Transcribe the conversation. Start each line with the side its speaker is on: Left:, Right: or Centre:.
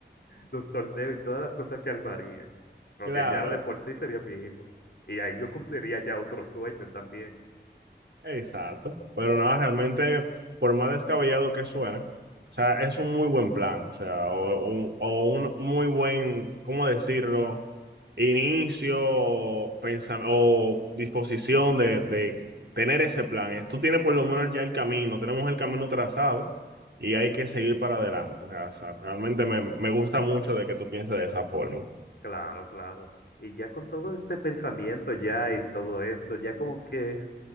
Left: los torneos y todas las cosas que armaría, porque
Right: Claro.
Left: ya de por sí sería mi hijo. Y ahí yo cumpliría ya otro sueño también.
Right: Exacto, pero no, realmente, por más descabellado que suene, o sea, es un muy buen plan, o sea, o, o- o un muy buen, ¿cómo decirlo? Inicio, o pensam- o disposición de, de tener ese plan. ¿eh? Tú tienes por lo menos ya el camino, tenemos el camino trazado y hay que seguir para adelante. O sea, o sea, realmente me, me gusta mucho de que tú pienses de esa forma.
Left: Claro, claro. Y ya con todo este pensamiento ya y todo esto, ya como que